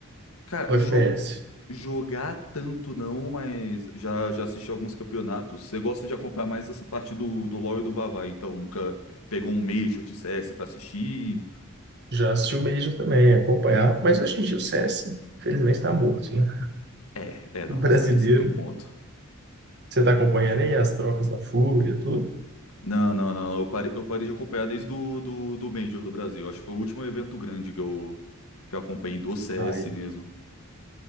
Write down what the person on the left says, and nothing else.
Cara,
jo- jogar tanto não, mas já, já assisti alguns campeonatos. Você gosta de acompanhar mais essa parte do, do LoL e do Vavá, então nunca pegou um Major de CS pra assistir?
É, é, não,
isso aí você tem um ponto.
Não, não, não. Eu parei, eu parei de acompanhar desde do, do, do Major do Brasil. Acho que foi o último evento grande que eu, que eu acompanhei do CS
mesmo.